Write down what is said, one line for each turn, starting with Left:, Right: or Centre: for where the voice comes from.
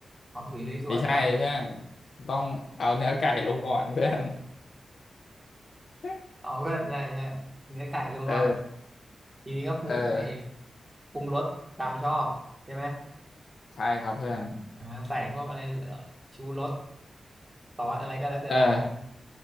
Right: หอมฉุยลุยสวนก่อน
Left: ไม่ใช่เพื่อนต้องเอาเนื้อไก่ลงก่อนเพื่อน <laughs>
Right: เอาเพื่อนใช่ใช่เนื้อไก่ลงก่อน
Left: เออ
Right: ทีนี้ก็ปรุงไอ
Left: เออ
Right: ปรุงรสตามชอบใช่ไหม
Left: ใช่ครับเพื่อน
Right: อ่าใส่พวกอะไรเอ่อชูรสซอสอะไรก็แล้วแต่เรา
Left: เออ